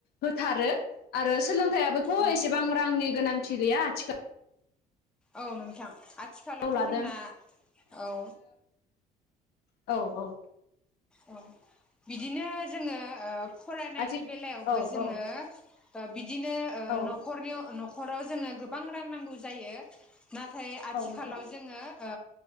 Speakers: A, on the left; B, in the centre.
A: होथारो आरो सोलोंथाइयाबोथ
B: औ
A: एसेबां रांनि गोनांथि गैया आथिखालाव
B: औ नोंथां आथिखालावथ
A: लादों
B: जोंना औ
A: औ औ
B: औ बिदिनो जोङो ओ फरायनायनि
A: आथि
B: बेलायावबो
A: औ
B: जोङो
A: औ
B: ओ बिदिनो ओ
A: औ
B: नखरनियाव नखराव जोङो गोबां रां नांगौ जायो। नाथाय आथिखालाव
A: औ नंगौ
B: जोङो ओ